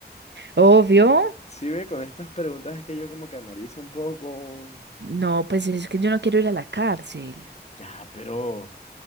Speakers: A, on the right; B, on the left.
A: Obvio.
B: Sí, ve, con estas preguntas es que yo como que analizo un poco.
A: No, pues es que yo no quiero ir a la cárcel.
B: Ya, pero,